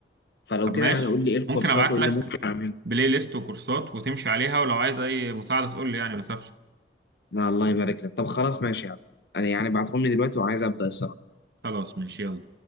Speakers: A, on the left; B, on the right.
A: فلو
B: طب
A: كده
B: ماشي
A: يعني قول لي ايه الكورسات
B: ممكن ابعت
A: وايه
B: لك
A: اللي ممكن اعمله
B: بلاي ليست وكورسات وتمشي عليها ولو عايز اي مساعدة تقول لي يعني ما تخافش
A: لا الله يبارك لك طب خلاص ماشي يعني انا يعني بعتهم لي دلوقتي وعايز ابدا الصراحه
B: خلاص ماشي يلا